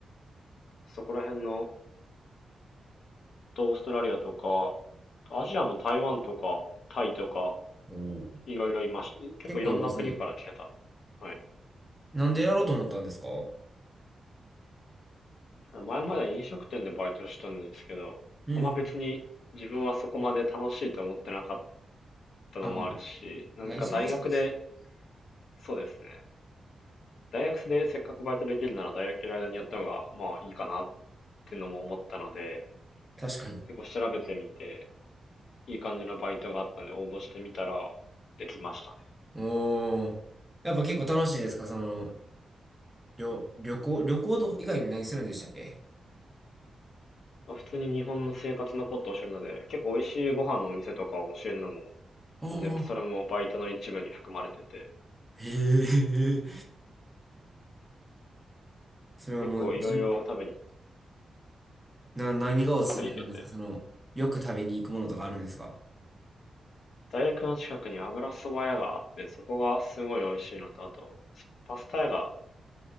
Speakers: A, on the left; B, in the centre.
A: そこら辺の、オーストラリアとか、アジアも台湾とか、タイとか、
B: おー
A: いろいろいました。結構いろんな国から来てた。
B: 結構いますね。
A: はい。
B: なんでやろうと思ったんですかうん
A: 前まで飲食店でバイトしてたんですけど、
B: うん。
A: あんま別に自分はそこまで楽しいと思ってなかったのもあるし、
B: ああ、
A: なんか大学で、
B: まあ忙しいし。
A: そうですね。大学でせっかくバイトできるなら大学いる間にやった方が、まあいいかなっていうのも思ったので、
B: 確かに。
A: 結構調べてみて、いい感じのバイトがあったんで応募してみたら、できましたね。
B: おー。やっぱ結構楽しいですかその、旅、旅行、旅行と以外に何するんでしたっけ
A: まあ、普通に日本の生活のことを教えるので、結構美味しいご飯のお店とかを教えるのも、
B: ああ
A: 全然それもバイトの一部に含まれてて、
B: ー、へえ。それはもう、
A: 結構いろいろ食べに、
B: じゅ、な、何がおすすめなんですかその、
A: 食べ行けて、
B: よく食べに行くものとかあるんですか
A: 大学の近くに油そば屋があって、そこがすごい美味しいのと、あと、パスタ屋があっ